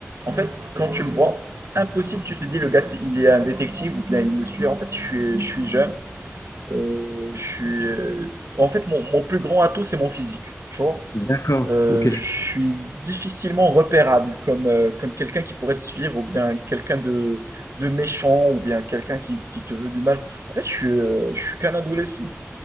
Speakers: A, on the right (about 80°); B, on the left (about 90°).
A: En fait, quand tu me vois, impossible, tu te dis: «Le gars, c'est il est un détective ou bien il me suit». En fait, je suis je suis jeune, heu, je suis, heu, en fait, mon mon plus grand atout, c'est mon physique, tu vois?
B: D'accord.
A: Heu,
B: Ok.
A: je
B: je-
A: suis difficilement repérable comme, heu, comme quelqu'un qui pourrait te suivre ou bien quelqu'un de de méchant ou bien quelqu'un qui qui te veut du mal. En fait, je suis, heu, je suis qu'un adolescent